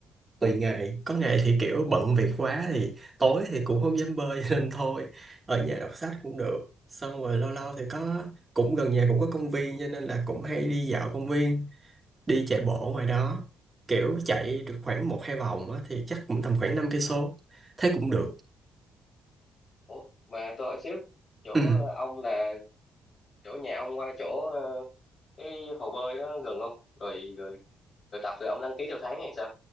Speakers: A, on the right; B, on the left.
A: tùy ngày có ngày thì kiểu bận việc quá thì tối thì cũng không dám bơi <laughs> nên thôi ở nhà đọc sách cũng được xong rồi lâu lâu thì có cũng gần nhà cũng có công viên cho nên là cũng hay đi dạo công viên đi chạy bộ ngoài đó kiểu chạy được khoảng một hai vòng á, thì chắc cũng tầm khoảng năm cây số thấy cũng được
B: ủa mà tôi hỏi xíu chỗ
A: ừ
B: ờ, ông là chỗ nhà ông qua chỗ ờ, cái hồ bơi đó gần không rồi rồi rồi tập rồi ông đăng ký theo tháng hay sao